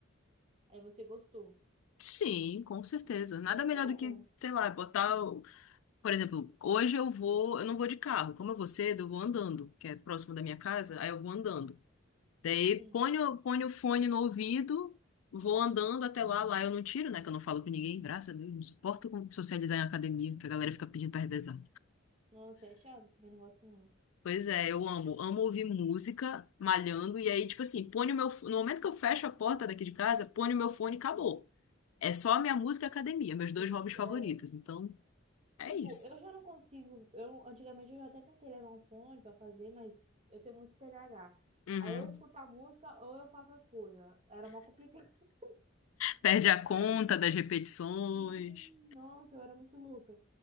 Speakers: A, on the right; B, on the left.
A: Aí você gostou.
B: Sim, com certeza. Nada
A: É muito
B: melhor
A: bom,
B: do que,
A: meu.
B: sei lá, botar. o- Por exemplo, hoje eu vou, eu não vou de carro. Como eu vou cedo, eu vou andando, que é próximo da minha casa, aí eu vou andando. Daí
A: Sim.
B: põe o, põe o fone no ouvido, vou andando até
A: Tá.
B: lá, lá eu não tiro, né? Que eu não falo com ninguém, graças a Deus, não suporto com- socializar em academia, que a galera fica pedindo pra revezar.
A: Nossa, é chato, também não gosto não.
B: Pois é, eu amo, amo ouvir música, malhando, e aí, tipo assim, põe o meu, fo- no momento que eu fecho a porta daqui de casa, põe o meu fone e acabou. É só a minha música e a academia, meus dois
A: Sim,
B: hobbies favoritos,
A: é.
B: então é
A: Tipo,
B: isso.
A: eu já não consigo. Eu, antigamente eu já até tentei levar um fone pra fazer, mas eu tenho muito TDAH.
B: Uhum.
A: Aí ou eu escuto a música ou eu faço as coisas. Era uma complicação. <laughs>
B: Perde a conta
A: Eu era muito louca.
B: das repetições.
A: Sim, nossa, eu era muito louca.